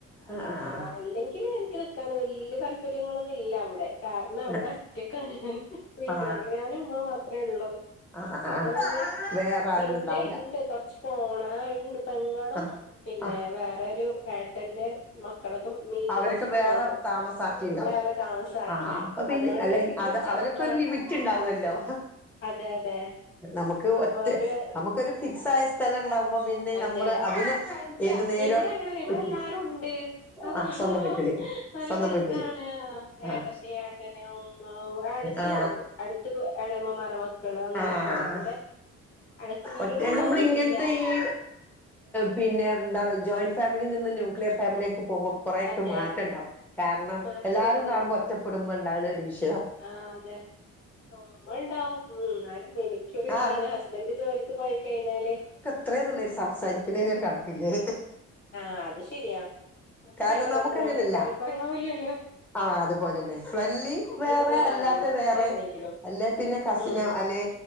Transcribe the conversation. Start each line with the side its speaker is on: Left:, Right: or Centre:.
Centre: ആ ആ ആ
Left: ആഹ് അല്ലെ ങ്കിൽ എനിക്ക് നിക്കാൻ വല്യ താല്പര്യങ്ങളൊന്നും ഇല്ല അവിടെ. കാരണം അവിടെ
Centre: ആ
Left: ഒറ്റക്കാണ് ഞാന്. വീട്ടില്
Centre: ആ
Left: ഞാനും ഉമ്മയും മാത്രേ ഉള്ളൂ.
Centre: ആ ആ
Left: അതുകൊണ്ട്
Centre: ആ വേറെ ആരും
Left: പിന്നെ
Centre: ഉണ്ടാവൂല
Left: ഇ ണ്ട്. കൊറച്ച് പോണ ആഹ് ഉണ്ട്. പെങ്ങളും
Centre: ആ
Left: പിന്നെ
Centre: ആ
Left: വേറൊരു ഏട്ടന്റെ മക്കളൊക്കെ മീത്ത്
Centre: അവരൊക്കെ
Left: കുറച്ച് പോണം.
Centre: വേറെ താമസാക്കിണ്ടാവും
Left: വേറെ താമസാക്കി.
Centre: ആ അപ്പൊ പിന്നെ
Left: അതുകൊണ്ട്
Centre: അല്ല
Left: എനിക്കൊരു
Centre: അത്
Left: ചടപ്പ്
Centre: അവരൊക്കെ ഒരു ലിമിറ്റ് ഉണ്ടാവല്ലോ.
Left: അതെ അതെ
Centre: നമുക്ക്
Left: അപ്പൊ
Centre: ഒറ്റ
Left: ഒരു
Centre: നമുക്കൊരു ഫിക്സ് ആയ സ്ഥലം ഉണ്ടാവുമ്പോ പിന്നെ ഞമ്മള്
Left: അതെ
Centre: അതിന് ഏത് നേരം
Left: ഇവിടെ അങ്ങനെയല്ല ഇവിടെ
Centre: വെക്കും
Left: എല്ലാരും ഉണ്ട്. അതാകുമ്പോ
Centre: ആ സ്വന്തം വീട്ടില്
Left: നല്ല
Centre: സ്വന്തം
Left: രസാണ്.
Centre: വീട്ടില്
Left: ആഹ്
Centre: ആ
Left: ഏട്ടത്തി, ഏട്ടന്, ഉമ്മ ഇവടെ അടു ത്ത്
Centre: ആ
Left: അടുത്ത് എളയമ്മമാരുടെ മക്കള് അങ്ങനെയൊക്കെണ്ട്.
Centre: ആ ആ
Left: അവിടെ അടുത്ത് വീട്
Centre: ഒറ്റ
Left: പോലും
Centre: നമ്മൾ ഇങ്ങനത്തെ
Left: ഇല്ല.
Centre: ഈ പിന്നെ എന്താ ജോയിന്റ് ഫാമിലിയിൽ നിന്ന് ന്യൂക്ലിയർ ഫാമിലിയിലേക്ക് പോകും. കുറെയൊക്കെ
Left: അതെ
Centre: മാറ്റം ഉണ്ടാവും. കാരണം
Left: മാറ്റമുണ്ട്
Centre: എല്ലാവരും കാണുമ്പോ ഒറ്റപ്പെടുമ്പോഴുണ്ടാവണ ഒരു വിഷയം.
Left: ആഹ് അതെ. ഉമ്മ ഉണ്ടാവും. എന്നാലും എനി ക്കൊരിതാണ്
Centre: ആ
Left: ഹസ്ബൻ്റ് ജോലിക്ക് പോയി കഴിഞ്ഞാല്
Centre: എത്രേന്നുള്ള സംസാരിക്കണേന് ഒരു കണക്കില്ലേ.
Left: ആഹ് അത് ശരിയാ. എത്രായാലും
Centre: കാരണം നമുക്ക്
Left: നമ്മളെ
Centre: അങ്ങനല്ല
Left: ആൾക്കാരെപ്പോലാവൂലല്ലോ.
Centre: ആഹ് അതുപോലെ തന്നെ. ഫ്രണ്ട്ലി വേറെ
Left: പോലെ
Centre: അല്ലാത്ത
Left: ആവില്ലല്ലോ എത്രയാണെങ്കിലും
Centre: വേറെ അല്ലെ പിന്നെ കസിനോ
Left: ഉം
Centre: അല്ലെ